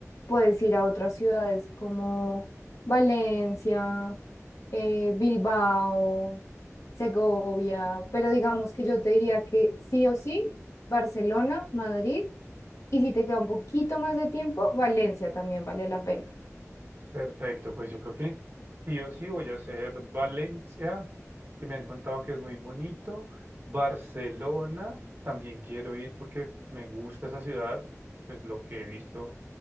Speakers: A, on the left (about 65°); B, on the right (about 45°).
A: puedes ir a otras ciudades como Valencia, eh, Bilbao, Segovia, pero digamos que yo te diría que sí o sí, Barcelona, Madrid, y si te queda un poquito más de tiempo, Valencia también vale la pena.
B: Perfecto, pues yo creo que sí o sí voy a hacer Valencia, que me han contado que es muy bonito. Barcelona, también quiero ir porque me gusta esa ciudad, pues lo que he visto